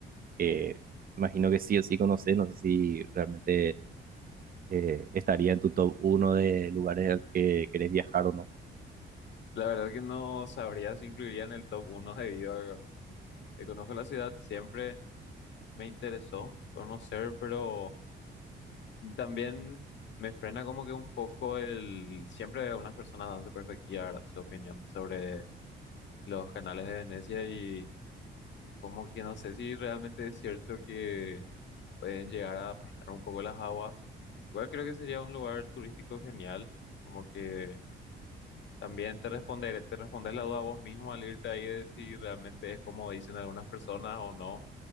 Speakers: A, on the right; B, on the left.
A: que imagino que sí o sí conoces, no sé si realmente eh, estaría en tu top uno de lugares al que querés viajar o no.
B: La verdad que no sabría si incluiría en el top uno debido a que conozco la ciudad, siempre me interesó conocer, pero... También me frena como que un poco el... Siempre algunas personas dan su perspectiva, ¿verdad? Su opinión sobre los canales de Venecia y como que no sé si realmente es cierto que pueden llegar a apestar un poco las aguas. Igual creo que sería un lugar turístico genial, como que también te responderé, te respondes la duda vos mismo al irte ahí de si realmente es como dicen algunas personas o no.